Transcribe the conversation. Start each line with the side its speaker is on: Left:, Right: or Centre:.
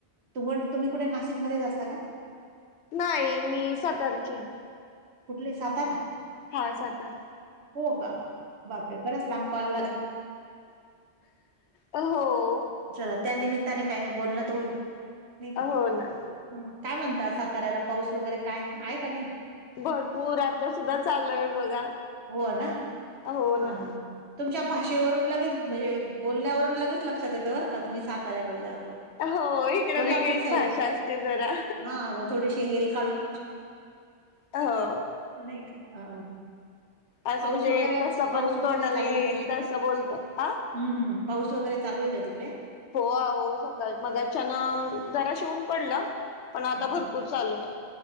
Right: तु तुम्ही कुठे नाशिक मध्येच असता का
Left: नाही मी सातारची
Right: कुठले सातारा
Left: हा सातार
Right: हो का बापरे बरच लांब कॉल ला
Left: हो
Right: चला त्या निमित्ताने काही नाही बोलणं तर होईल नाही
Left: हो
Right: का
Left: ना
Right: ह काय म्हणत साताऱ्याला पाऊस वगैरे काय आहे का नाही
Left: भरपूर आता सुद्धा चालूय बघा
Right: हो ना
Left: हो
Right: हा
Left: ना
Right: हा तुमच्या भाषेवरून लगेच म्हणजे बोलण्यावरून लगेच लक्षात देतं बरं का तुम्ही साताऱ्याकडच्या असं
Left: हो इकड
Right: कोल्हापूर
Left: वेगळीच
Right: साईड
Left: भाषा असते जरा
Right: हा हो थोडीशी हेल काढून
Left: हो
Right: नाही नाही का ह हा
Left: असं
Right: पाऊस
Left: म्हणजे
Right: वगैरे
Left: कसं
Right: पाऊस
Left: पण
Right: वगैरे
Left: तोंडाला
Right: चालू
Left: येईल
Right: आहे का तिकडे
Left: तसं बोलतात हा
Right: हम् हम पाऊस वगैरे चालू आहे का तिकडे
Left: हो आह सकाळ मगच्यान जरा शिवून पडलं पण आता
Right: अच्छा
Left: भरपूर चालू आहे